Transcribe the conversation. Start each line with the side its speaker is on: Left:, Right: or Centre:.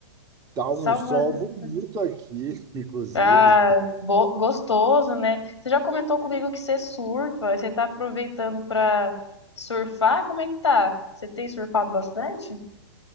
Right: tá
Left: Salvador.
Right: um sol bonito aqui, <laughs> inclusive.
Left: Ah, bo- gostoso, né? Você já comentou comigo que você surfa. Você tá aproveitando pra surfar? Como é que tá? Você tem surfado bastante?